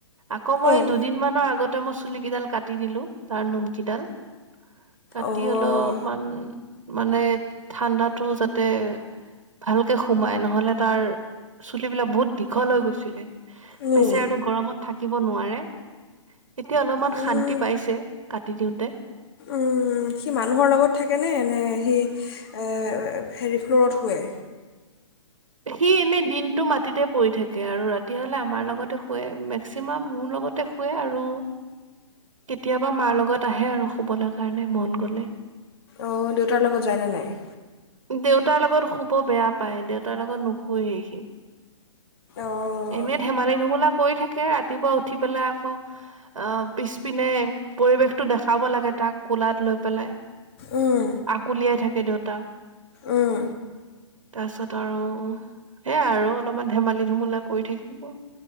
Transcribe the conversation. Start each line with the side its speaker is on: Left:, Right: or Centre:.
Right: আকৌ মই,
Left: উম
Right: দুদিনমানৰ আগতে মই চুলিকিডাল কাট টি দিলো, তাৰ নোমকিডাল। কাটি
Left: অঁ
Right: অলপমান মানে ঠাণ্ডাতো যাতে তে ভালকে সোমাই নহলে তাৰ চুলিবিলাক বহুত দীঘল হৈ গৈছিলে।
Left: উম
Right: বেচেৰা তো গৰমত থাকিব। নোৱাৰে এতিয়া অলপমান
Left: উম
Right: শান্তি পাইছে ক দিওঁতে।
Left: উম সি মানুহৰ লগত থাকেনে নে সি হেৰি ফ্ল'ৰত শুৱে?
Right: সি এনেই দিনটো মাটিতে পৰি থাকে আৰু, ৰাতি হলে আমাৰ লগতে শুৱে, মেক্সিমাম মোৰ লগতে শুৱে আৰু কেতিয়াবা মাৰ লগত আহে আৰু শুবলৈ কাৰণে মন গলে।
Left: অঁ দেউতাৰ লগত যায়নে নাই?
Right: দেউতাৰ লগত শুব বেয়া পায় দেউতাৰ লগত নোশুৱেই সি।
Left: অঁ
Right: এনে ধেমালি ধুমলা কৰি থাকে। এনেকে ৰাতিপুৱা উঠি পেলাই আকৌ অ পিছপিনে পৰিৱেশটো দেখাব লাগে তাক, কোলাত লৈ পেলাই।
Left: উম,
Right: আকুলিয়াই থাকে। সেই দুটা
Left: উম
Right: তাৰপিছত আৰু এ আৰু অলপমান ধেমালি ধুমলা কৰি থাকিব।